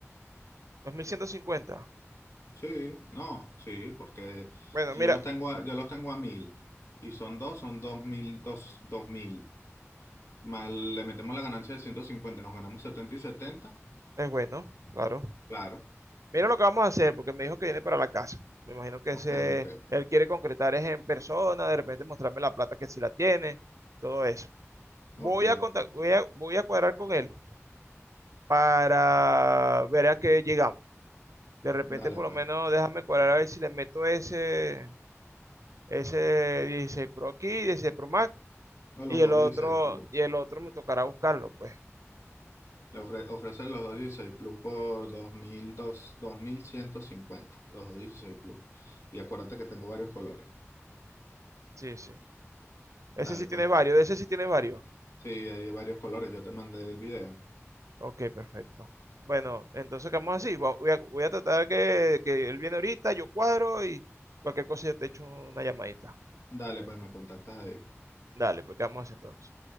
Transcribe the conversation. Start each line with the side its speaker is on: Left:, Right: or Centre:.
Right: 2150.
Left: Sí, no, sí, porque
Right: Bueno,
Left: si
Right: mira,
Left: yo los tengo a, yo los tengo a mil y son dos, son dos mil, dos, dos mil. Más le metemos la ganancia de 150, nos ganamos setenta y 70,
Right: es bueno, claro.
Left: Claro,
Right: Mira lo que vamos a hacer, porque me dijo que viene para la casa. Me imagino que
Left: ok,
Right: ese,
Left: ok,
Right: él quiere concretar es en persona, de repente mostrarme la plata que sí la tiene, todo eso.
Left: ok.
Right: Voy a, contac- voy a, voy a cuadrar con él para ver a qué llegamos. De repente,
Left: Dale
Right: por
Left: pues.
Right: lo menos, déjame cuadrar a ver si le meto ese, ese 16 Pro aquí, 16 Pro Max,
Left: O los
Right: y el
Left: doscientos
Right: otro,
Left: dieciséis Plus.
Right: y el otro me tocará buscarlo, pues.
Left: Le ofre, ofrece los 216 Plus por dos mil dos- 2150, los 216 Plus. Y acuérdate que tengo varios colores.
Right: Sí, sí.
Left: Dale
Right: Ese sí
Left: pues.
Right: tiene varios, ese sí tiene varios.
Left: Sí, hay de varios colores, yo te mandé el video.
Right: Ok, perfecto. Bueno, entonces quedamos así. Va- Voy a, voy a tratar que, que él viene ahorita, yo cuadro y cualquier cosa yo te echo una llamadita.
Left: Dale pues, me contactas ahí.
Right: Dale, pues quedamos así entonces.